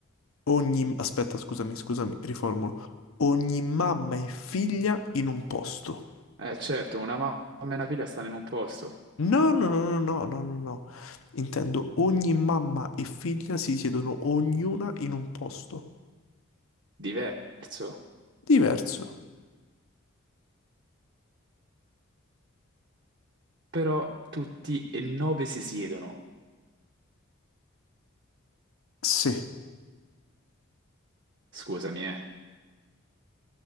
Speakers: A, on the left; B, on the right.
A: Ogni... Aspetta, scusami, scusami, riformulo. Ogni mamma e figlia in un posto.
B: Eh certo, una mamma e una figlia stanno in un posto
A: No, no, no, no, no, no, no, no. Intendo ogni mamma e figlia si siedono ognuna in un posto.
B: diverso.
A: Diverso.
B: Però tutti e nove si siedono.
A: Sì.
B: Scusami, eh.